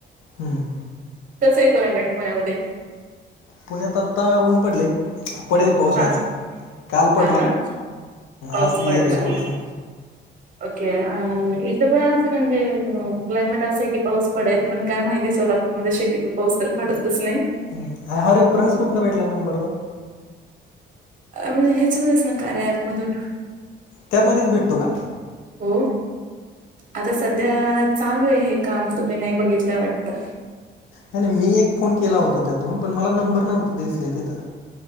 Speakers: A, on the left; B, on the right.
A: हम्म
B: कसा आहे क्लाइमेट पुण्यामध्ये.
A: पुण्यात आत्ता ऊन पडले. पडेल पाऊस
B: हा
A: आज काल पडला
B: हा ना पाऊस
A: आज क्लिअर
B: पडलाय.
A: आहे थोडंसं.
B: ओके अ इथं पण असं म्हणजे क्लायमेट असं आहे. की पाऊस पडेल पण काय माहिती सोला मध्ये शक्यतो पाऊस तर पडतच नाही.
A: ह् हा रेप्रन्स कुठनं? भेटला नंबर तर
B: म्हणजे ह्याच मणच ना कार्या ऍपमधून
A: त्यामध्येच भेटतो का!
B: हो आता सध्या चालू आहे हे काम तुम्ही नाही बघितलंय वाटत
A: नाही नाही मी एक फोन केला होता त्यातून पण मला नंबर नव्हती दिसले तिथं